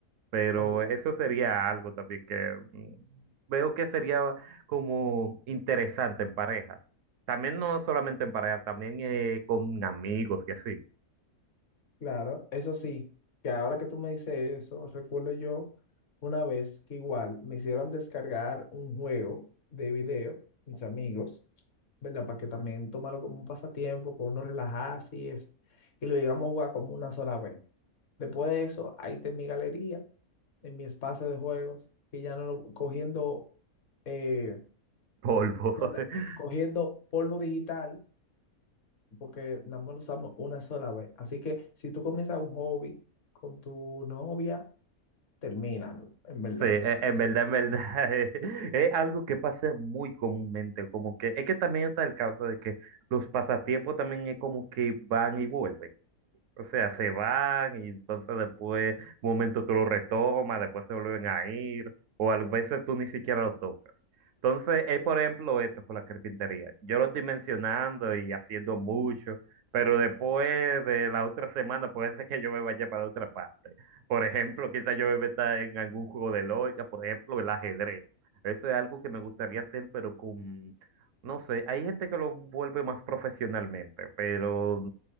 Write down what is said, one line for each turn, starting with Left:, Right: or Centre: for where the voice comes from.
Right: Pero
Left: O-
Right: eso sería algo también que mm, veo que sería como interesante en pareja. También no solamente en pareja, también eh, con amigos y así.
Left: claro, eso sí, que ahora que tú me dices eso, recuerdo yo una vez que igual me hicieron descargar un juego de video, mis amigos, ¿verdad? Para que también tomarlo como un pasatiempo, para uno relajarse y eso. Y lo llegamos a jugar como una sola vez. Después de eso, ahí está en mi galería, en mi espacio de juegos, que ya no lo- cogiendo, eh,
Right: Polvo.
Left: ya la-
Right: <laughs>
Left: cogiendo polvo digital, porque nada más lo usamos una sola vez. Así que si tú comienzas un hobby con tu novia, termínalo, en verdad.
Right: Sí, e- en
Left: Es-
Right: verdad, en verdad, <laughs> eh, es, algo que pasa muy comúnmente, como que es que también está el caso de que los pasatiempos también es como que van y vuelven. O sea, se van y entonces después, un momento tú lo retomas, después se vuelven a ir, o a veces tú ni siquiera lo tocas. Entonces, es por ejemplo esto con la carpintería. Yo lo estoy mencionando y haciendo mucho, pero después de la otra semana puede ser que yo me vaya para otra parte. Por ejemplo, quizás yo me meta en algún juego de lógica, por ejemplo, el ajedrez. Eso es algo que me gustaría hacer, pero con, no sé, hay gente que lo vuelve más profesionalmente, pero...